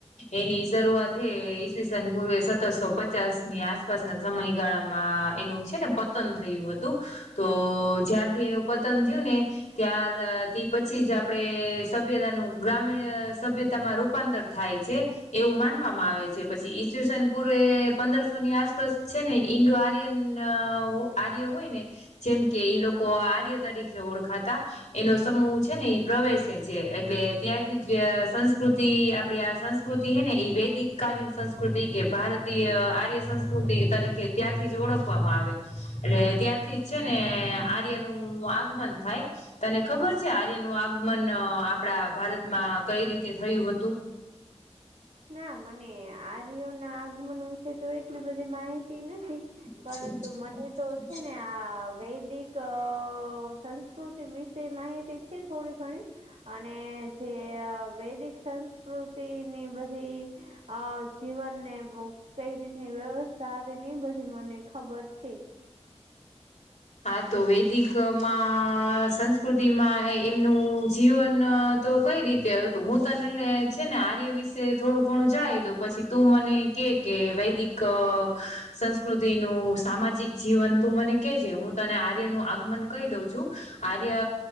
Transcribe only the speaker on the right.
ના મને આર્યો ના આગમન વિશે તો એટલી બધી માહિ તી નથી
પરંતુ મને તો છે ને આ વૈદિક સંસ્કૃતિ વિશે માહિતી છે થોડી ઘણી અને જે વૈદિક સંસ્કૃતિની બધી હ જીવન ને બહુ કઈ રીતની વ્યવસ્થા હતી ની બધી મને ખબર છે.